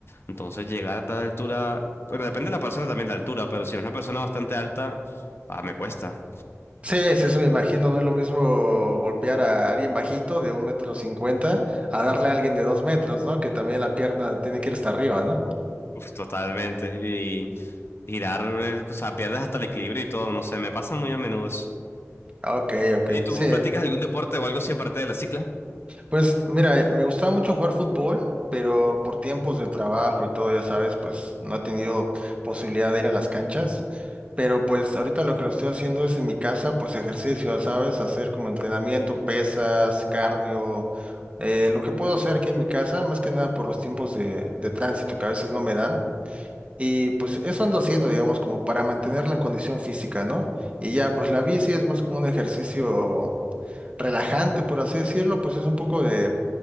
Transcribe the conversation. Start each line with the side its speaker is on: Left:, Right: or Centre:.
Left: Entonces llegar a tal altura, bueno, depende de la persona también la altura, pero si es una persona bastante alta, ah, me cuesta.
Right: Sí, sí, sí, me imagino, no es lo mismo golpear a alguien bajito de un metro cincuenta a darle a alguien de dos metros, ¿no? Que también la pierna tiene que ir hasta arriba, ¿no?
Left: Uf, totalmente. Y girar, eh, o sea, pierdes hasta el equilibrio y todo, no sé, me pasa muy a menudo eso.
Right: Ah, Ok, ok.
Left: ¿Y tú
Right: Sí,
Left: practicas algún deporte o algo así aparte de la cicla?
Right: Pues mira, eh, me gustaba mucho jugar fútbol, pero por tiempos de trabajo y todo, ya sabes, pues no he tenido posibilidad de ir a las canchas. Pero pues ahorita lo que lo estoy haciendo es en mi casa, pues ejercicio, ya sabes, hacer como entrenamiento, pesas, cardio, eh, lo que puedo hacer aquí en mi casa, más que nada por los tiempos de, de tránsito que a veces no me dan. Y pues eso ando haciendo, digamos, como para mantener la condición física, ¿no? Y ya, pues la bici es más como un ejercicio relajante, por así decirlo, pues es un poco de